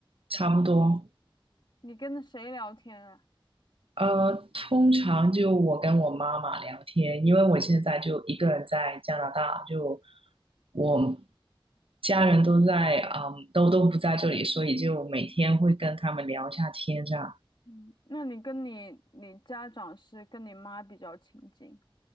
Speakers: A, on the right; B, on the left.
A: 差不多。
B: 你跟谁聊天啊？
A: 呃，通常就我跟我妈妈聊天，因为我现在就一个人在加拿大，就我家人都在，嗯，都都不在这里，所以就每天会跟他们聊一下天这样。
B: 嗯，那你跟你你家长是跟你妈比较亲近？